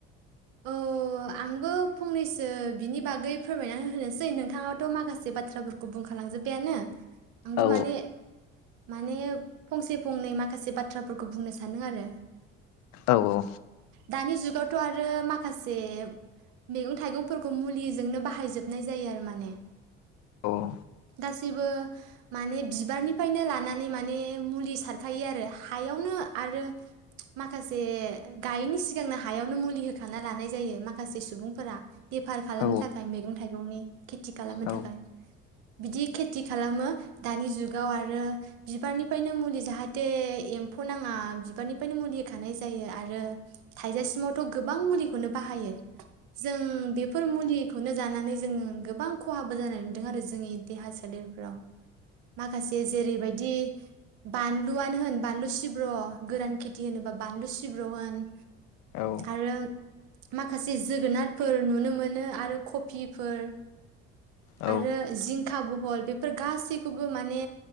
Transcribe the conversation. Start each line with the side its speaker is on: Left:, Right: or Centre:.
Right: औ आंबो फंनैसो बिनि बागै फोरमायना होनोसै नोंथाङाथ' माखासे बाथ्राफोरखौ बुंखालांजोबबायानो आंबो
Left: औ
Right: माने माने फंसे फंनै माखासे बाथ्राफोरखौ बुंनो सानदों आरो
Left: औ औ
Right: दानि जुगावथ' आरो आरो माखासे मैगं थाइगंफोरखौ मुलिजोंनो बाहाय जोबनाय जायो आरो माने
Left: औ
Right: गासैबो माने बिबारनिफ्रायनो लानानै माने मुलि सारखायो आरो हायावनो आरो माखासे गायैनि सिगांनो हायावनो मुलि हो होखाना लानाय जायो माखासे सुबुंफोरा बेफार खालामनो
Left: औ
Right: थाखाय मैगं थाइगंनि खेथि खालामनो
Left: औ
Right: थाखाय बिदि खेथि खालामो दानि जुगाव आरो बिबारनिफ्रायनो मुलि जाहाथे एम्फौ नाङा बिबारनिफ्रायनो मुलि होखानाय जायो आरो थाइजासिमावथ' गोबां मुलिखौनो बाहायो जों बेफोर मुलिखौनो जानानै जोङो गोबां खहाबो जानाय नुदों आरो जोंनि देहा सोलेरफ्राव माखासे जेरैबायदि बानलुआनो होन बानलु सिब्र' गोरान खेथि होनोबा बानलु सिब्र' होन
Left: औ
Right: आरो माखासे जोगोनारफोर नुनो मोनो आरो कफिफोर
Left: औ
Right: आरो जिंखाबु हल बेफोर गासैखौबो माने